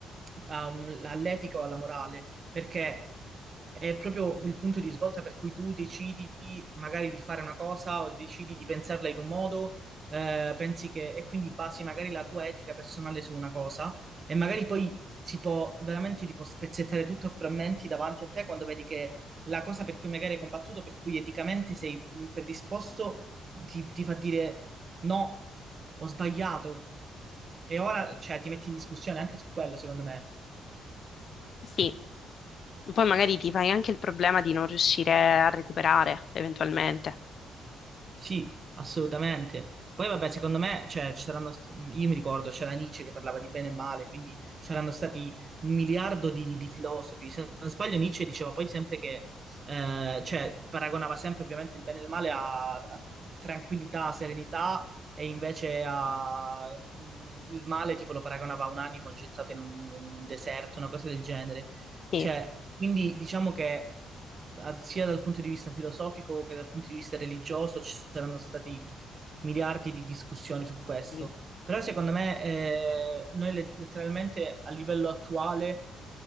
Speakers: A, on the right; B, on the left.
A: a un- all'etica o alla morale, perché è proprio il punto di svolta per cui tu decidi magari di fare una cosa o decidi di pensarla in un modo, eh, pensi che, e quindi basi magari la tua etica personale su una cosa. E magari poi si può veramente tipo spezzettare tutto a frammenti davanti a te quando vedi che la cosa per cui magari hai combattuto, per cui eticamente sei mh, predisposto, ti, ti fa dire no, ho sbagliato. E ora, cioè, ti metti in discussione anche su quello, secondo me.
B: Sì, poi magari ti fai anche il problema di non riuscire a recuperare eventualmente.
A: Sì, assolutamente. Poi vabbè, secondo me, cioè, ci saranno, st- io mi ricordo, c'era Nietzsche che parlava di bene e male, quindi c'erano stati un miliardo di, di filosofi. Se non sbaglio, Nietzsche diceva poi sempre che, eh, cioè, paragonava sempre ovviamente il bene e il male a, a tranquillità, serenità, e invece a, mm, il male tipo lo paragonava a un animo gettato in un, un deserto, una cosa del genere.
B: Sì,
A: Cioè, quindi diciamo che a- sia dal punto di vista filosofico che dal punto di vista religioso ci saranno stati miliardi di discussioni su questo.
B: sì,
A: Però secondo me eh, noi le- letteralmente a livello attuale